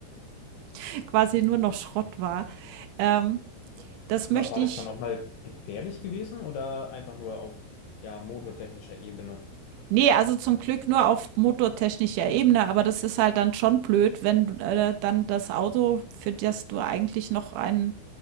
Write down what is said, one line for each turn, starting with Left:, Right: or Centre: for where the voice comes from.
Right: <laughs> quasi nur noch Schrott war. Ähm, das möchte
Left: War, war
Right: ich,
Left: das dann auch mal gefährlich gewesen oder einfach nur auf ja, motortechnischer Ebene?
Right: nee, also zum Glück nur auf motortechnischer Ebene, aber das ist halt dann schon blöd, wenn du, äh, dann das Auto, für das du eigentlich noch einen